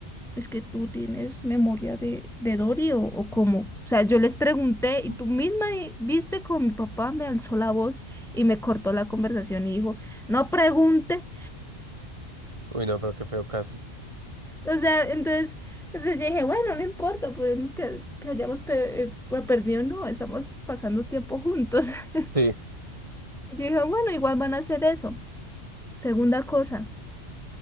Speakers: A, in the centre; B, on the right (about 25°).
A: es que tú tienes memoria de, de Dory o, o cómo. O sea, yo les pregunté
B: Mm.
A: y tú misma di- viste como mi papá me alzó la voz y me cortó la conversación y dijo, no pregunte.
B: Uy, no, pero qué feo caso.
A: O sea, entonces, entonces yo dije, bueno, no importa, podemos que, que hayamos pe- eh, pues, perdido, no, estamos pasando tiempo juntos. <laughs>
B: Sí.
A: Y yo dije, bueno, igual van a hacer eso. Segunda cosa.